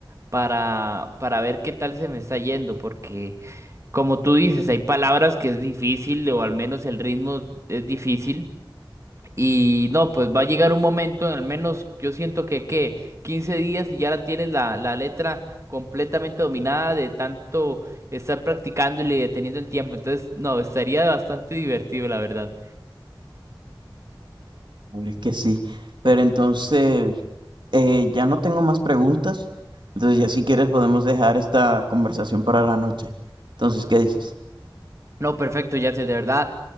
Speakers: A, on the right (about 35°); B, on the right (about 70°).
A: para, para ver qué tal se me está yendo, porque como tú dices, hay palabras que es difícil o al menos el ritmo es difícil. Y no, pues va a llegar un momento, en al menos yo siento que, que 15 días y ya la tienes la, la letra completamente dominada de tanto estar practicándole y deteniendo el tiempo. Entonces, no, estaría bastante divertido, la verdad.
B: es que sí, pero entonces eh, ya no tengo más preguntas, entonces ya si quieres podemos dejar esta conversación para la noche, entonces, ¿qué dices?
A: No, perfecto, ya sé, de verdad,